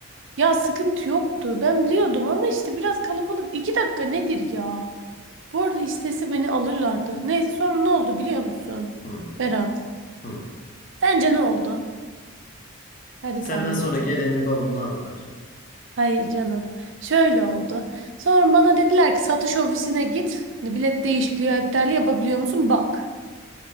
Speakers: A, on the right; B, on the left.
A: Ya sıkıntı yoktu. Ben biliyordum ama işte biraz kalabalık. İki dakika nedir ya? Bu arada istese beni alırlardı. Neyse sonra ne oldu biliyor musun?
B: Hı.
A: Berat.
B: Hı.
A: Sence ne oldu? Hadi
B: Senden
A: tahmin
B: sonra
A: et.
B: gelenin bavulunu aldılar.
A: Hayır canım. Şöyle oldu. Sonra bana dediler ki satış ofisine git. Hani bilet değişikliği ya iptali yapabiliyor musun? Bak.